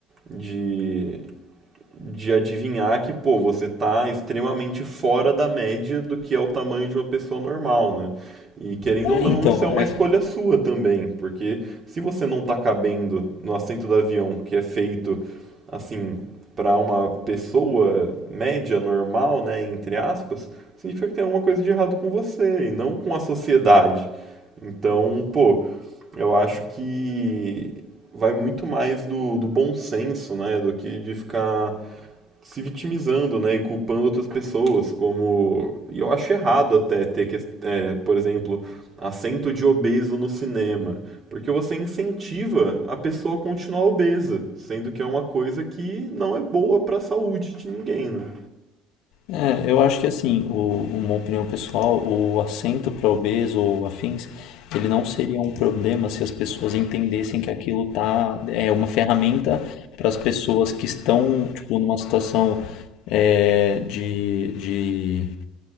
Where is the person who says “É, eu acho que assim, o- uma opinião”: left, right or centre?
Left